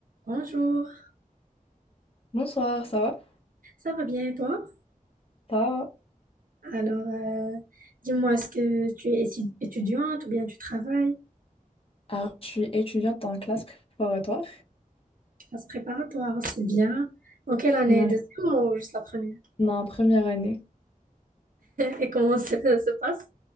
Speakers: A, on the right; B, on the left.
A: Bonjour,
B: Bonsoir, ça va?
A: ça va bien et toi?
B: Ça va?
A: Alors, euh, dis-moi, est-ce que tu es étu- étudiante ou bien tu travailles?
B: Alors, je suis étudiante en classe préparatoire.
A: Classe préparatoire, c'est bien. En quelle année?
B: Ouais,
A: Deuxième ou juste la première?
B: on est en première année.
A: Et comment se, se passe